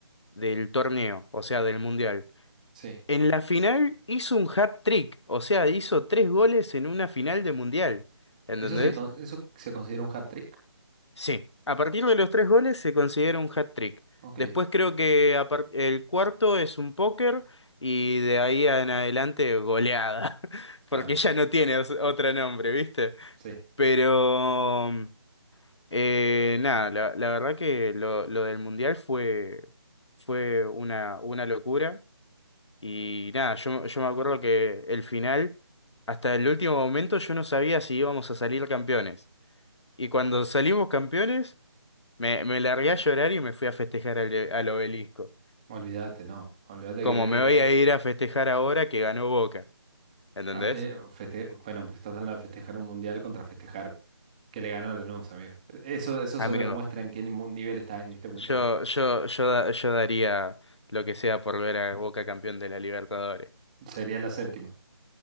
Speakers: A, on the left; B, on the right.
A: del torneo, o sea, del mundial.
B: sí.
A: En la final hizo un hat-trick, o sea, hizo tres goles en una final de mundial, ¿entendés?
B: ¿Eso se, con- eso se considera un hat-trick?
A: Sí, a partir de los tres goles se considera un hat-trick.
B: Ok,
A: Después creo que a par- el cuarto es un póker y de ahí en adelante goleada, <laughs>
B: claro.
A: porque ya no tiene os- otro nombre, ¿viste?
B: Sí.
A: Pero mm, eh, nada, la, la verdad que lo, lo del mundial fue, fue una, una locura y nada, yo, yo me acuerdo que el final, hasta el último momento yo no sabía si íbamos a salir campeones. Y cuando salimos campeones... Me, me largué a llorar y me fui a festejar al, al obelisco.
B: Olvídate, no. Olvídate
A: Como
B: que era...
A: me
B: era
A: voy
B: eh,
A: a ir a festejar ahora que ganó Boca. ¿Entendés?
B: ah, eh, feste- bueno, pues estás hablando de festejar un mundial contra festejar que le ganó a Lanús, amigo. Eso, eso
A: Amigo,
B: solo demuestra en qué mu- nivel está en este momento
A: yo,
B: Boca.
A: yo, yo, da- yo daría lo que sea por ver a Boca campeón de la Libertadores.
B: Sería la séptima.